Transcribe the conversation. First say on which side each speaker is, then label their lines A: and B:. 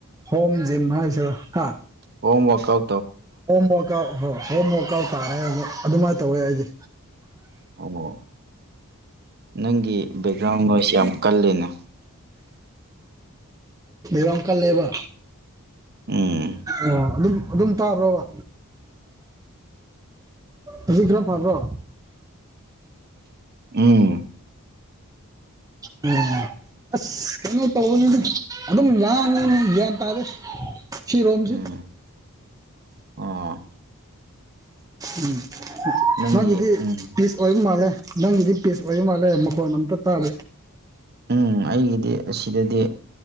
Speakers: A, on the right; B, on the right.
A: ꯍꯝ ꯖꯤ ꯍꯥꯏꯁ ꯍꯥ
B: ꯍꯣꯝ ꯋꯥꯛꯥꯎ
A: ꯍꯣꯝ ꯋꯥꯔꯛ ꯑꯥꯎꯠ ꯍꯣꯏ ꯍꯣꯝ ꯋꯥꯔꯛ ꯑꯥꯎꯠ ꯇꯥꯔ ꯑꯗꯨꯃꯥꯏꯅ ꯇꯧꯋꯦ ꯑꯩꯗꯤ
B: ꯑꯣ ꯅꯪꯒꯤ ꯒ꯭ꯔꯥꯎꯁꯤ ꯌꯥꯝ ꯀꯜꯂꯤꯅꯦ
A: ꯔꯪ ꯀꯥ ꯂꯩꯕ
B: ꯎꯝ
A: ꯑꯣ ꯑꯗꯨꯝ ꯑꯗꯨꯝ ꯇꯥꯕ꯭ꯔꯣꯕ ꯑꯗꯨꯖꯤ ꯈꯔ ꯐꯔꯕ꯭ꯔꯣ
B: ꯎꯝ
A: ꯑꯣ ꯑꯁ ꯀꯩꯅꯣ ꯇꯧꯕꯗꯤ
B: ꯎꯝ
A: ꯑꯗꯨꯝ ꯂ ꯭ꯌꯥꯟ ꯇꯥꯔꯦ ꯁꯤꯔꯣꯝꯁꯤ
B: ꯎꯝ ꯑꯣ
A: ꯎꯝ
B: ꯅꯪꯒꯤ
A: ꯅꯪꯒꯤꯗꯤ
B: ꯎꯝ
A: ꯄꯤꯁ ꯑꯣꯏꯕ ꯃꯥꯜꯂꯦ ꯅꯪꯒꯤꯗꯤ ꯄꯤꯁ ꯑꯣꯏꯕ ꯃꯥꯜꯂꯦ ꯃꯈꯣꯟ ꯑꯝꯇ ꯇꯥꯗ
B: ꯎꯝ ꯑꯩꯒꯤꯗꯤ ꯑꯁꯤꯗꯗꯤ